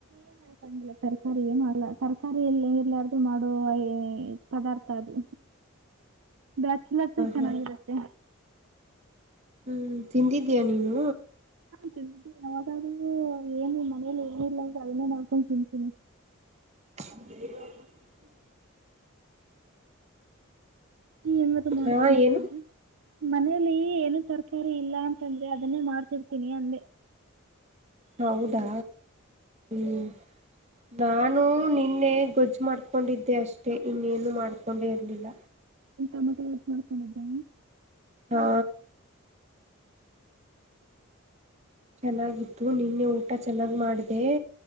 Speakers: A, on the right; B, on the right.
A: ಏನು ತರಕಾರಿ ಏನ ಆಗ್ಲ ತರಕಾರಿ ಎಲ್ಲ ಎಲ್ಲಯಾರ್ದು ಮಾಡುವ ಪದಾರ್ಥ ಅದು ಬ್ಯಾಚ್ಲರಸಗ ಚೆನ್ನಾಗಿರುತ್ತೆ
B: ಹಾ ಹ್ಮ್ ತಿಂದಿದ್ದೀಯ ನೀನು
A: ತಿಂತಿನಿ ಯಾವಾಗದರೂ ಏನು ಮನೇಲಿ ಏನಿರ್ಲ ಅಂದ ಅದನ್ನೇ ಮಾಡ್ಕೊಂಡ್ ತಿಂತೀನಿ
B: <unintelligible>
A: ಏನದು ಮಾಡ್ಕೊಂಡಿದಿಯಾ
B: ಹಾ ಏನು
A: ಮನೇಲಿ ಏನು ತರಕಾರಿ ಇಲ್ಲ ಅಂತಂದ್ರೆ ಅದನ್ನೇ ಮಾಡ್ತಿರ್ತೀನಿ ಅಂದೆ
B: ಹೌದಾ ಹ್ಮ್ ನಾನು ನಿನ್ನೆ ಗೊಜ್ಜು ಮಾಡ್ಕೊಂಡಿದ್ದೆ ಅಷ್ಟೆ ಇನ್ನೇನು ಮಾಡ್ಕೊಂಡೆ ಇರ್ಲಿಲ್ಲ
A: ಟಮಾಟೆ ಎ ಎಷ್ಟ ಮಾಡ್ಕೊಂಡಿದ್ದೇ
B: ಹಾ ಚೆನ್ನಾಗಿತ್ತು ನಿನ್ನೆ ಊಟ ಚೆನ್ನಾಗ್ ಮಾಡ್ದೆ